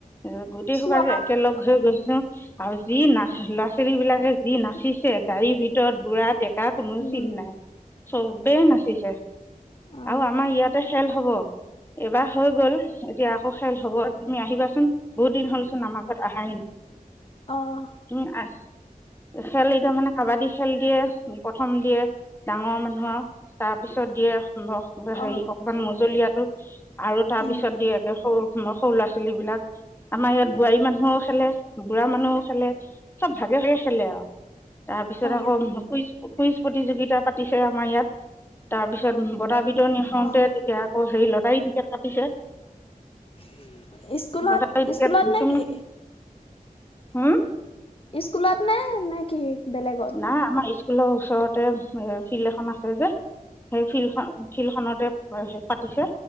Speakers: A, on the left; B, on the left.
A: এ গোটেই
B: চোৱা
A: সোপা যে একেলগ হৈ গৈছো আও যি নাচ ল'ৰা- ছোৱালী বিলাকে যি নাচিছে গাড়ীৰ ভিতৰত বুঢ়া- ডেকা কোনো
B: উম
A: চিন নাই, চবেই নাচিছে।
B: অঁ
A: আও আমাৰ ইয়াতে খেল হ'ব। এবাৰ হৈ গ'ল এতিয়া আকৌ খেল হ'ব। তুমি আহিবাচোন, বহুত দিন হ'লচোন আমাৰ ঘৱত আহাই নাই।
B: অহ,
A: তুমি আহ খেল এইটো মানে কাবাডী খেল দিয়ে, প্ৰথম দিয়ে। ডাঙৰ মানুহৰ তাৰপিছত দিয়ে সম <unintelligible>
B: অঁ
A: হেৰি অকমান মজলীয়াটো আৰু তাৰ
B: উম
A: পিছত দিয়ে একে সৰু- সৰু ল'ৰা ছোৱালী বিলাক। আমাৰ ইয়াত বোৱাৰী মানুহও খেলে, বুঢ়া মানুহও খেলে, চব ভাগে ভাগে খেলে আও তাৰ পিছত
B: অঁ
A: আকৌ কুইজ কুইজ প্ৰতিযোগিতা পাতিছে আমাৰ ইয়াত তাৰপিছত বত টা বিতৰণি হওঁতে
B: অঁ
A: তেতিয়া আকৌ হেই লটাৰী টিকেট কাটিছে।
B: ওম, স্কুলত
A: লটাৰী টিকেট
B: স্কুলত নেকি?
A: তুমি হম
B: স্কুলত নে নে কি বেলেগত?
A: নাই, আমাৰ স্কুলৰ ওচৰতে এ ফিল্ড এখন আছে যে সেই ফিল্ড খন ফিল্ড খনতে হে পাতিছে